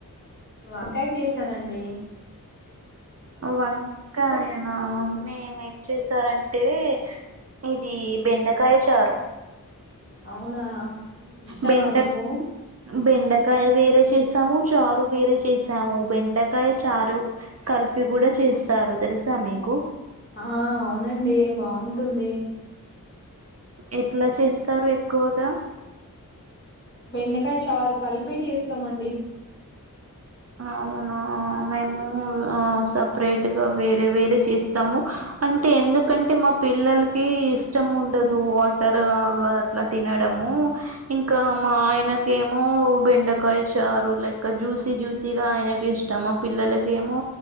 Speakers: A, on the left; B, on the right.
A: వంకాయ చేసానండి
B: వంకాయ నా మేమ్ మే ఏం చేశారంటే ఇది బెండకాయ చారు
A: అవునా ఇష్టమా
B: బెండ
A: మీకు
B: బెండకాయ వేప్ రే చేసాము చారు వేరే చేసాము బెండకాయ చారు కలిపి కూడా చేస్ స్తారు తెలుసా మీకు
A: ఆ.. అవునండి బావుంటుంది
B: ఎట్లా చేస్తారు ఎక్కువగా
A: బెండకాయ చారు కలిపి చేస్తామండి
B: అవునా మేము సెపరేట్ గ వేరే వేరే చేస్తాము అంటే ఎందుకంటే మా పిల్లలకి ఇష్టం ఉండదు వాటర్ ఆగ అట్లా తినడం ము ఇంకా మా ఆయనకేమో బెండకాయ చారు లె జూసీ జూసీగా ఆయనకి ఇష్టం మా పిల్లలకేమో